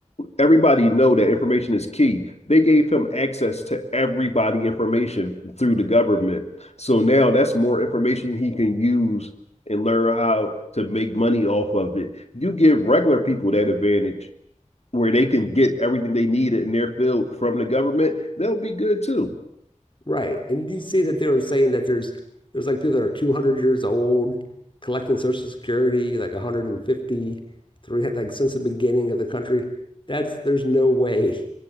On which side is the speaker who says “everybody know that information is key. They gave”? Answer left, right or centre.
Left